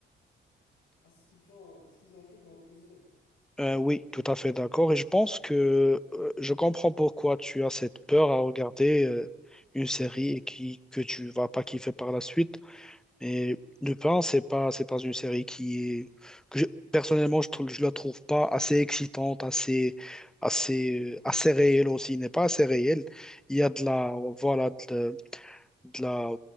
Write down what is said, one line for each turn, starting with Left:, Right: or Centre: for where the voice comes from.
Left: à ce qu'ils font, à ce qu'ils ont fait dans Prison Break.
Centre: Euh, oui, tout à fait d'accord. Et je pense que euh, je comprends pourquoi tu as cette peur à regarder euh, une série et qui, que tu vas pas kiffer par la suite. Mais Lupin, c'est pas, c'est pas une série qui est, que je- personnellement, je trouve, je la trouve pas assez excitante, assez, assez, euh, assez réelle aussi. Il n'est pas assez réelle. Il y a de la, voilà, de, de la.